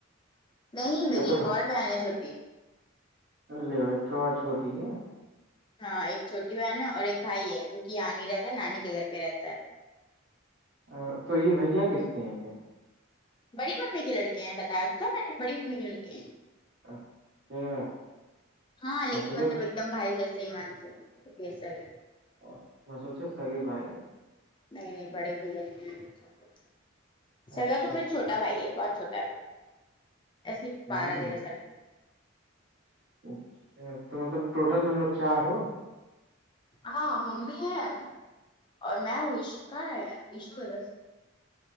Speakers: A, on the left (about 25°); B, on the right (about 60°).
A: نہیں میری
B: اچھا
A: ایک اور بہن ہے چھو ٹی
B: لےو کہاں چھوٹی ہے
A: ہاں ایک چھوٹی بہن ہے اور ایک بھائی ہے جو کہ یہاں نہیں رہتا نانی کے گھر پہ رہتا ہے
B: ا تو یہ بھیا کس کے ہیں پھر
A: بڑی ممی کی لڑکے ہیں بتایا تو تھا میں نے بڑی ممی کے لڑکے ہیں
B: اچھا
A: ہاں
B: میں
A: لیکن
B: سوچا
A: مطلب ایکدم بھائی جیسے ہی مانتے ہیں ان کو کبھی ایسا
B: آہ میں سوچا سگے بھائی ہے
A: نہیں نہیں بڑے بھیا کے بیوی بچوں کو سگا
B: اچھا
A: تو
B: اچھا
A: میرا چھوٹا بھائی ہے بہت چھوٹا ہے وہ ایسے بارہ
B: ہوں
A: تیرہ سال کے
B: اچھا تو مطلب ٹوٹل تم لوگ چار ہو
A: ہاں ممی ہے اور میں ہوں اشیکا کا ہے ایشو ہے بس